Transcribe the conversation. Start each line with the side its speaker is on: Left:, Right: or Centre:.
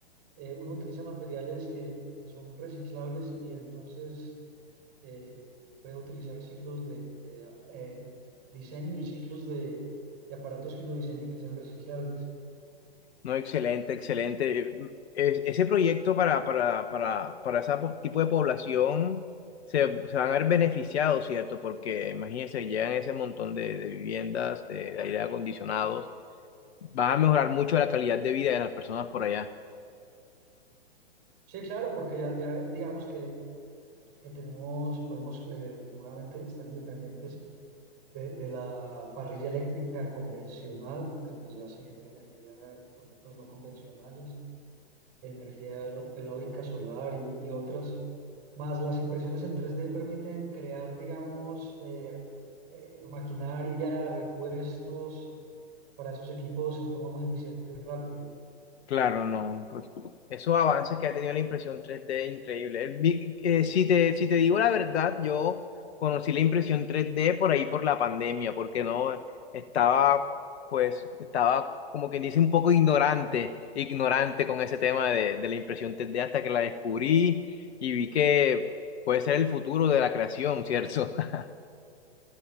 Right: eh, uno utiliza materiales que, que son reciclables y entonces eh, puede utilizar ciclos de, de, eh, diseño y ciclos de, de aparatos que uno diseñe que sean reciclables.
Left: No, excelente, excelente. Es- ese proyecto para, para, para, para ese tipo de población se, se van a ver beneficiados, ¿cierto? Porque imagínense, llegan ese montón de, de viviendas, de, de aire acondicionados. Van a mejorar mucho la calidad de vida de las personas por allá.
Right: Sí, claro, porque ya, ya digamos que, que tenemos, podemos eh, nuevamente estar independientes de, de la parrilla eléctrica convencional, porque pues ya se genera energía por métodos no convencionales. energía helo- eólica, solar y, y otras. Más las impresiones en 3D permiten crear, digamos, eh, eh, maquinaria, repuestos para esos equipos en forma muy eficiente y rápida.
Left: Claro, no, pues esos avances que ha tenido la impresión 3D increíble. Vi- eh, si te, si te digo la verdad, yo conocí la impresión 3D por ahí por la pandemia, porque no estaba, pues, estaba como quien dice un poco ignorante, ignorante con ese tema de, de la impresión 3D hasta que la descubrí y vi que puede ser el futuro de la creación, ¿cierto? <laughs>